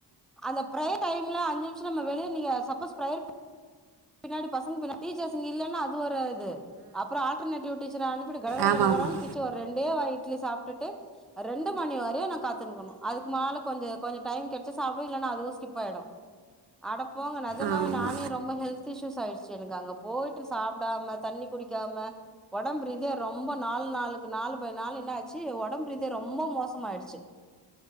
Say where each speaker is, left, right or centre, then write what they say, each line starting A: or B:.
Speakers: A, in the centre; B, on the right.
A: அந்த ப்ரெயர் டைம்ல அஞ்சு நிமிஷ நம்ம வெளிய நீக்க சப்பஸ் ப்ரெயர் பின்னாடி பசங்க பின்னாடி டீச்சர்ஸ்ங்க இல்லன்னா அது ஒரு இது அப்பற ஆல்டர்னேடிவ் டீச்சர அனுப்பிடு கடகடகடகடன்
B: ஆமாம் ஆமாம்
A: பிச் ச்சு ஒரு ரெண்டே வாய் இட்லி சாப்ட்டுட்டு ரெண்டு மணி வரியு நா காத்துனுக்குணு அதுக்குமேல கொஞ்ச கொஞ்ச டைம் கிடைச்ச சாப்பிட இல்லலை நா அதுவு ஸ்கிப் ஆயிடு அடப்போங்க நஜமாவே
B: ஆமாம்
A: நானே ரொம்ப ஹெல்தி திசிசு சயிடுச்சு எனக்கு அங்க போயிட்டு சாப்பிடாம தண்ணி குடிக்காம ஒடம்பு ரீதியா ரொம்ப நாளு நாளுக்கு நாலு நாலு என்ன ச்சு ஒடம்பு ரீதியா ரொம்ப மோசமா ஆயிடுச்சு